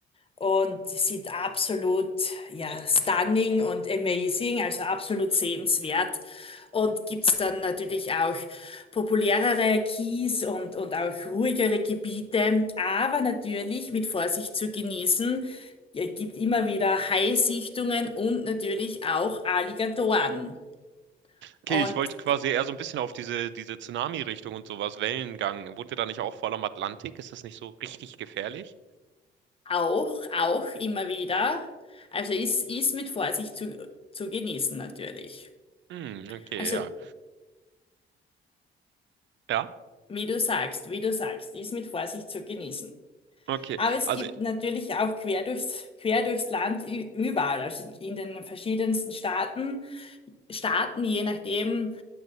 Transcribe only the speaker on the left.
und sie sind absolut ja stunning und amazing, also absolut sehenswert. Und gibt's dann natürlich auch populärere Keys und, und auch ruhigere Gebiete, aber natürlich mit Vorsicht zu genießen. Es gibt immer wieder Haisichtungen und natürlich auch Alligatoren.
Und
Auch, auch immer wieder. Also ist, ist mit Vorsicht zu, zu genießen natürlich.
Also
wie du sagst, wie du sagst, ist mit Vorsicht zu genießen.
Aber es
gibt natürlich auch quer durchs, quer durchs Land ü- überall, also in den verschiedensten Staaten, Staaten, je nachdem,